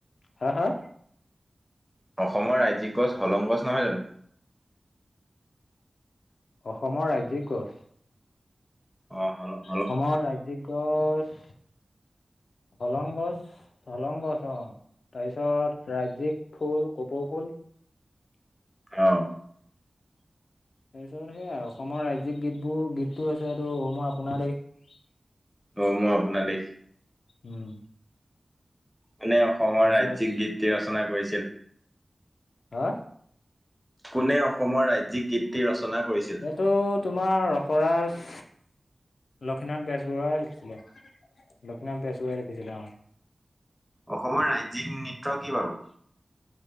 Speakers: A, on the left; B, in the centre.
A: হা হা
B: অসমৰ ৰাজ্যিক গছ হলং গছ নহয় জানো?
A: অসমৰ ৰাজ্যিক গছ?
B: অ' হয় ন
A: অসমৰ ৰাজ্যিক গছ কলং গছ। চলং গছ তাৰপিছত ৰাজজিক ফুল কপৌ ফুল।
B: অ'। <inaudible>
A: তাৰপিছত সেয়াই অসমৰ ৰাজ্যিক গীতবোৰ গীতটো হৈছে এইটো 'অ মোৰ আপোনাৰ দেশ'।
B: 'অ মোৰ আপোনাৰ দেশ'।
A: উম
B: কোনে অসমৰ
A: তাৰপিছত
B: ৰাজ্যিক গীতটি ৰচনা কৰিছিল।
A: হা।
B: কোনে অসমৰ ৰাজ্যিক গীতটি ৰচনা কৰিছিল।
A: এইটো তোমাৰ ৰখৰাজ। লক্ষ্মীনাথ বেজবৰুৱাই লিখিছিলে লক্ষ্মীনাথ বেজবৰুৱাই লিখিছিলে অ।
B: অসমৰ ৰাজ্যিক নৃত্য কি বাৰু।